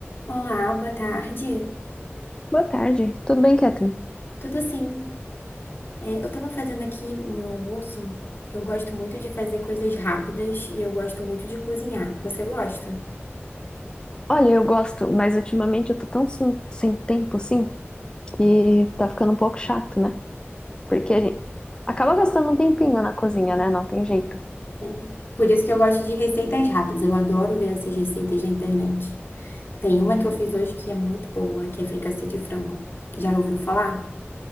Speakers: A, on the left; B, on the left.
A: Olá, boa tarde.
B: Boa tarde, tudo bem, Catherine?
A: Tudo sim. É, eu estava fazendo aqui o meu almoço. Eu gosto muito de fazer coisas rápidas e eu gosto muito de cozinhar. Você gosta?
B: Olha, eu gosto, mas ultimamente eu tô tão sem, sem tempo assim que tá ficando um pouco chato, né? Porque a gente acaba gastando um tempinho na cozinha, né? Não tem jeito.
A: É. Por isso que eu gosto de receitas rápidas. Eu adoro ver essas receitas na internet. Tem uma que eu fiz hoje que é muito boa, que é fricassê de frango. Já ouviu falar?